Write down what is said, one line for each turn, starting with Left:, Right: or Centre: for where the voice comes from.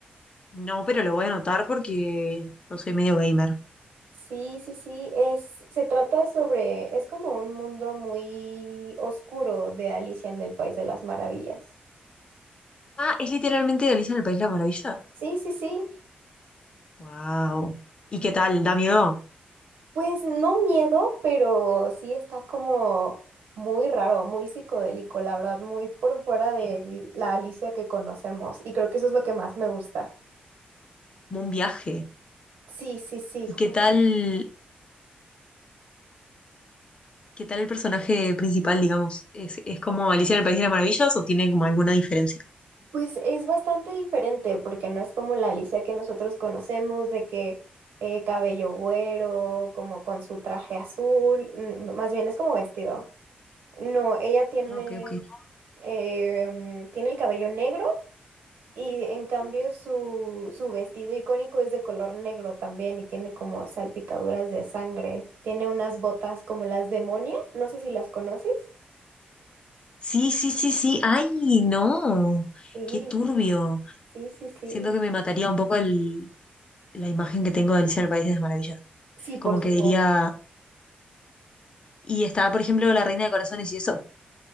Left: No, pero lo voy a anotar porque yo soy medio gamer.
Right: Sí, sí, sí, es, se trata sobre, es como un mundo muy oscuro de Alicia en el País de las Maravillas.
Left: Ah, es literalmente de Alicia en el País de las Maravillas.
Right: Sí, sí, sí,
Left: Wow. ¿Y qué tal? ¿Da miedo?
Right: Pues no miedo, pero sí está como muy raro, muy psicodélico, la verdad, muy por fuera de
Left: Sí.
Right: la Alicia que conocemos. Y creo que eso es lo que más me gusta.
Left: Como un viaje.
Right: Sí, sí, sí.
Left: ¿Y
Right: ju-
Left: qué tal, qué tal el personaje principal, digamos? ¿Es, es como Alicia en el País de las Maravillas o tiene como alguna diferencia?
Right: Pues es bastante diferente porque no es como la Alicia que nosotros conocemos, de que eh, cabello güero, como con su traje azul, mm, más bien es como vestido. No, ella tiene,
Left: Ah, ok, ok.
Right: eh, mm, tiene el cabello negro. Y en cambio
Left: Ujú.
Right: su, su vestido icónico es de color negro también y tiene como salpicaduras de sangre. Tiene unas botas como las demonia, no sé si las conoces.
Left: Sí, sí, sí, sí. ¡Ay, no!
Right: Sí,
Left: ¡Qué turbio!
Right: sí, sí, sí.
Left: Siento que me mataría un poco el, la imagen que tengo de Alicia en el País de las Maravillas.
Right: Sí, por
Left: Como
Right: supuesto.
Left: que diría, y estaba, por ejemplo, la Reina de Corazones y eso.